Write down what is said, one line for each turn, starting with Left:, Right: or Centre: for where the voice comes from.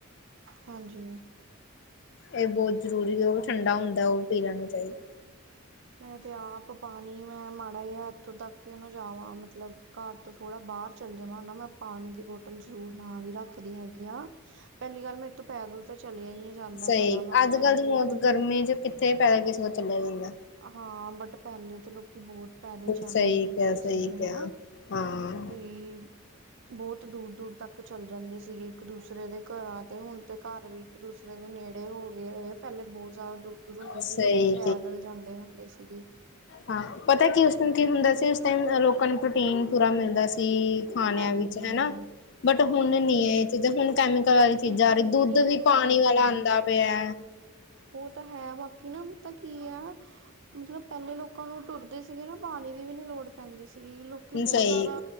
Right: ਹਾਂਜੀ।
Left: ਇਹ ਬਹੁਤ ਜ਼ਰੂਰੀ ਉਹ ਵੀ ਠੰਡਾ ਹੁੰਦਾ, ਉਹ ਪੀ ਲੈਣਾ ਚਾਹੀਦਾ।
Right: ਮੈਂ ਤੇ ਆਪ ਪਾਨੀ, ਮੈਂ ਮਾੜਾ ਜਿਹਾ ਇੱਥੋਂ ਤੱਕ ਕਿਉਂ ਨ ਜਾਵਾਂ ਮਤਲਬ ਘਰ ਤੋਂ ਥੋੜ੍ਹਾ ਬਾਹਰ ਚੱਲ ਜਾਵਾਂ ਨਾ, ਮੈਂ ਪਾਣੀ ਦੀ ਬੋਟਲ ਜ਼ਰੂਰ ਨਾਲ ਈ ਰੱਖਦੀ ਹੈਗੀ ਆਂ। ਪਹਿਲੀ ਗੱਲ ਮੈਥੋਂ ਤੋਂ ਪੈਦਲ ਤਾਂ ਚਲਿਆ ਹੀ ਜਾਂਦਾ
Left: ਸਹੀ,
Right: ਹੈਗਾ ਮੈਂ
Left: ਅੱਜ-ਕੱਲ
Right: ਪੈਦਲ
Left: ਦੀ
Right: ਬਿਲਕੁਲ
Left: ਬੋਤ, ਕਿੱਥੇ ਪੈਕੇ ਸੋਚ ਲੈਂਨੀ ਆ।
Right: ਹਾਂ, ਬਟ ਪਹਿਲੇ ਤੇ ਲੋਕੀ ਬਹੁਤ ਪੈਦਲ ਚੱਲ
Left: ਸਹੀ
Right: ਲੈਂਦੇ ਹੁੰਦੇ
Left: ਕਿਹਾ ਸਹੀ
Right: ਸੀਗੇ
Left: ਕਿਹਾ
Right: ਹਨਾ,
Left: ਹਾਂ
Right: ਕਿ ਬਹੁਤ ਦੂਰ-ਦੂਰ ਤੱਕ ਚੱਲ ਜਾਂਦੇ ਸੀਗੇ, ਇੱਕ-ਦੂਸਰੇ ਦੇ ਘਰਾਂ ਤੇ ਹੁਣ ਤੇ ਘਰ ਵੀ ਇੱਕ-ਦੂਸਰੇ ਦੇ ਨੇੜੇ ਹੋਗੇ ਹੋਏ, ਪਹਿਲੇ ਬਹੁਤ ਜ਼ਿਆਦਾ ਦੂਰ-ਦੂਰ ਹੁੰਦੇ ਸੀ,
Left: ਸਹੀ
Right: ਲੋਕੀ ਪੈਦਲ ਜਾਂ ਹੁੰਦੇ ਸੀਗੇ।
Left: ਹਾ, ਪਤਾ ਏ ਕਿ ਉਸ ਦਿਨ ਕੀ ਹੁੰਦਾ ਸੀ, ਉਸ ਦਿਨ ਲੋਕਾਂ ਨੂੰ ਪ੍ਰੋਟੀਨ ਪੂਰਾ ਮਿਲਦਾ ਸੀ ਖਾਣਿਆਂ
Right: ਹਾਂਜੀ
Left: ਵਿੱਚ
Right: ਹਾਂਜੀ
Left: ਹੈਨਾ, ਬਟ ਹੁਣ ਨੀ ਏ ਇਹ ਚੀਜ਼ਾਂ, ਹੁਣ ਕੈ ਤਰ੍ਹਾਂ ਦੀ ਚੀਜ਼ਾਂ
Right: ਬਿਲਕੁਲ
Left: ਆ ਰਹੀ, ਦੁੱਧ
Right: ਨੀ ਹੈਗਾ
Left: ਵੀ ਪਾਣੀ
Right: ਹਾਂਜੀ
Left: ਵਾਲਾ
Right: ਹਾਂਜੀ
Left: ਆਂਦਾ ਪਿਆ।
Right: ਉਹ ਤਾਂ ਹੈ, ਬਾਕੀ ਨਾ ਪਤਾ ਤਾਂ ਕੀ ਆ ਮਤਲਬ ਪਹਿਲੇ ਲੋਕਾਂ ਨੂੰ ਟੁੱਟਦੇ ਸੀਗੇ ਨਾ, ਪਾਣੀ ਦੀ ਵੀ ਨੀ ਲੋੜ ਪੈਂਦੀ ਸੀਗੀ ਕਿ ਕਿ ਬਹੁਤ
Left: ਸਹੀ
Right: ਜ਼ਿਆਦਾ